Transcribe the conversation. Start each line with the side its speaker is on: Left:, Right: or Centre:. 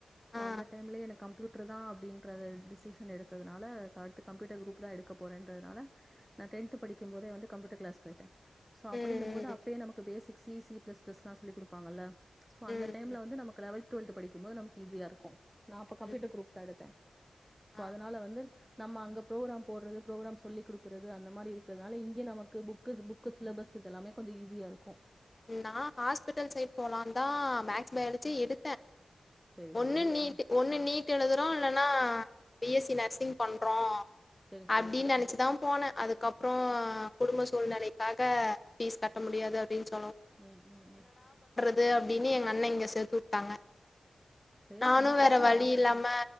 Centre: ஒ
Left: ஆ
Centre: அந்த டைம்லயே எனக்கு கம்ப்யூட்டர் தா அப்படின்றத டிசிஷன் எடுத்ததுனால அடுத்து கம்ப்யூட்டர் குரூப் தா எடுக்கப் போறேன்றதுனால நா டென்த் படிக்கும் போதே வந்து கம்ப்யூட்டர் கிளாஸ் போய்ட்ட சோ அப்டின்னும்
Left: ம்
Centre: போது அப்பயே நமக்கு basic C C plus plus எல்லா சொல்லி குடுப்பாங்கல்ல சோ அந்த
Left: ம் ம்
Centre: டைம்ல வந்து நமக்கு லெவல் டுவெல்த் படிக்கும்போது நமக்கு ஈஸியா இருக்கு நா அப்ப கம்ப்யூட்டர்
Left: ம்
Centre: குருப் தா எடுத்த
Left: ஆ
Centre: ஒ அதனால வந்து நம்ம அங்க ப்ரோக்ராம் போடுறது ப்ரோக்ராம் சொல்லி குடுக்கறது அந்த மாரி இருக்கறதுனால இங்க நமக்கு புக்கு புக்கு சிலபஸ் இதெல்லாமே கொஞ்ச ஈஸியா இருக்கு
Left: நா ஹாஸ்பிட்டல் சைட் போலான் தா மேக்ஸ் பயாலஜிய எடுத்தே
Centre: சரி,
Left: ஒன்னு
Centre: சரி.
Left: நீட்டு
Centre: ஆ.
Left: ஒண்ணு நீட் எழுதுறோ இல்லனா பிஎஸ்சி நர்சிங் பண்றோ
Centre: சரி,
Left: அப்டின்
Centre: சரி. ஆ.
Left: நினச்சுதா போனே அதுக்கப்புற குடும்ப சூழ்நிலைக்காக ஃபீஸ் கட்ட முடியாது அப்டின் சொ
Centre: ம் ம் ம்
Left: து அப்படின்னு எங்க அண்ண இங்க சேர்த்து வுட்டாங்க
Centre: சரி
Left: நானு
Centre: ஒண்ணும் பிரச்சன
Left: வேற வழி
Centre: இல்ல.
Left: இல்லாம